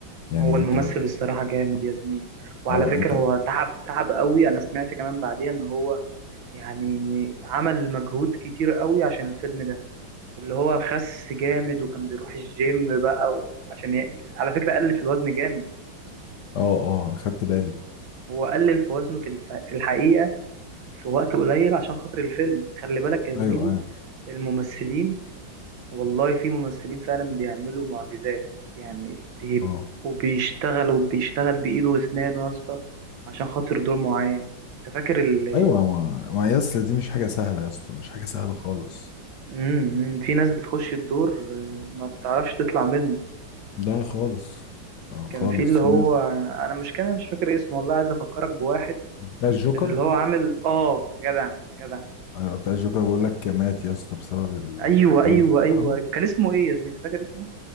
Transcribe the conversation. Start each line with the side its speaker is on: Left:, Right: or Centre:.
Left: يعني
Right: هو الممثل
Left: انت لو خدت
Right: الصراحة جامد يا زميلي وعلى
Left: اه
Right: فكرة
Left: انت
Right: هو تعب تعب قوي أنا سمعت كمان بعديها إن هو يعني عمل مجهود كتير قوي عشان الفيلم ده اللي هو خس جامد وكان بيروح الجيم بقى و... عشان ي... على فكرة قلل في الوزن جامد
Left: اه اه خدت بالي
Right: هو قلل في وزنه في الف... في الحقيقة في وقت قليل عشان خاطر الفيلم خلي بالك يا زميلي
Left: ايوه ايوه
Right: الممثلين والله في ممثلين فعلا بيعملوا معجزات يعني بيبقى
Left: اه
Right: وبيشتغل وبيشتغل بإيده وأسنانه يا اسطى عشان خاطر دور معين انت فاكر ال
Left: ايوه ما ما يا اسطى دي مش حاجه سهله يا اسطى مش حاجه سهله خالص
Right: امم في ناس بتخش الدور آه، ما بتعرفش تطلع منه
Left: لا خالص آه خالص
Right: كان في اللي هو
Left: في ناس
Right: انا مش كان أنا مش فاكر اسمه والله عايز افكرك بواحد
Left: بتاع الجوكر
Right: كان اللي هو عامل اه جدع جدع
Left: آه، بتاع الجوكر بيقول لك مات يا اسطى بسبب الدول
Right: ايوه ايوه
Left: اللي
Right: ايوه
Left: لعبه
Right: أيوه. كان اسمه ايه يا زميلي انت فاكر اسمه